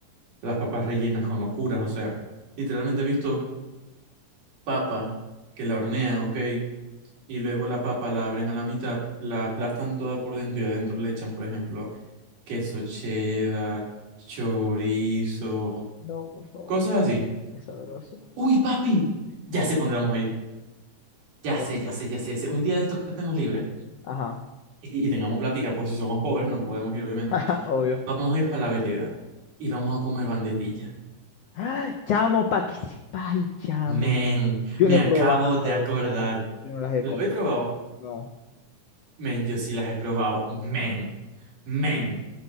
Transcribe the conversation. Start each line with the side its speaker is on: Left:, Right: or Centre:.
Right: las papas rellenas con locuras, o sea, literalmente he visto papa que la hornean, ¿ok? Y luego la papa la abren a la mitad, la aplastan toda por dentro y adentro le echan, por ejemplo, queso cheddar, chorizo,
Left: No, por favor,
Right: cosas así.
Left: qué sabroso.
Right: ¡Uy, papi! Ya sé por dónde vamos a ir. Ya
Left: Ponlo.
Right: sé, ya sé, ya sé, ya sé. Un día de estos que estemos libres
Left: Ajá,
Right: y, y tengamos plática, pues si somos pobres no podemos ir, obviamente.
Left: <laughs> obvio.
Right: Vamos a ir para la vereda y vamos a comer banderilla.
Left: ¡Ah! Chamo, para que sepáis, chamo.
Right: Men,
Left: Yo
Right: me
Left: no he
Right: acabo
Left: probado,
Right: de acordar.
Left: chamo. Yo no las he
Right: ¿Lo
Left: comido.
Right: he probado?
Left: No,
Right: Men, yo sí las he probado. Men, men,